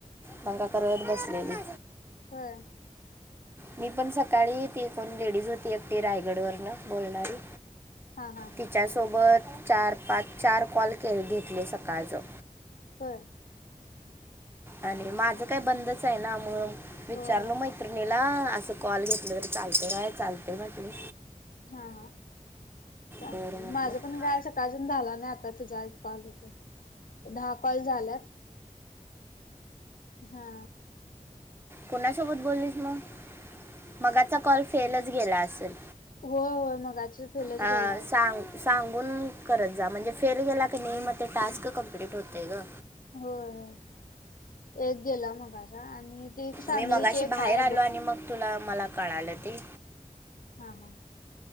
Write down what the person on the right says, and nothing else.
दंगा करत बसलेली.
मी पण सकाळी त एकण लेडीज होती अी रायगड वरन बोलणारी
तिच्यासोबत चार पाच चार कॉल के घेतले सकाळचं
आणि माझं
काय बंदच आहे ना मग विचारल
महि तरने ला असं कॉल घेतलं तर चालत काय चालत म्ह
बरं म्हटलं
कोणासोबत बोललीस म. मगाचा कॉल फेलच गेला असल.
अ
सांग सांगून करत जा म्हणजे फेल गेला क नई म ते टास्क कम्प्लीट होतेय ग.
मी मगाशी
बाहेर
आलो
आणि मग तुला मला कळालं ते.